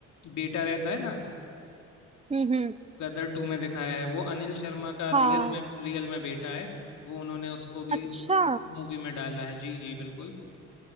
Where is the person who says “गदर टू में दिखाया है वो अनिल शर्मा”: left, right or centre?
Left